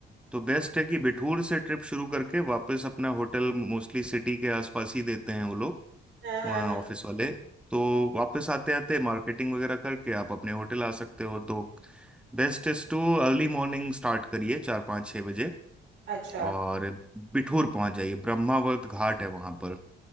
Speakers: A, in the centre; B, on the right.
A: तो बेस्ट है कि बिठूर से ट्रिप शुरू करके वापस अपना होटल मोस्टली सिटी के आसपास ही देते हैं वो लोग
B: हाँ
A: वहाँ
B: हाँ
A: ऑफिस वाले तो वापस आते आते मार्केटिंग वगैरह करके आप अपने होटल आ सकते हो तो best is to early morning start करिए चार पाँच छः बजे
B: अच्छा
A: और बिठूर पहुंच जाइए ब्रह्मावर्त घाट है वहां पर